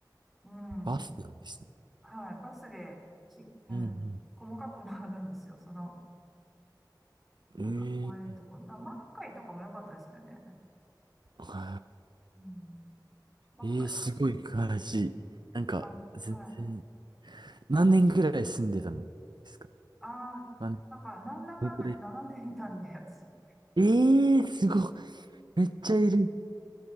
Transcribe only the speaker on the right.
バスなんですね。
うん
うん。ええ
は
ーい。ええすごい詳しい。
なんか、
全然、
何年ぐらい住んでたんですか
何
年ぐらい
ええすごい。めっちゃいる。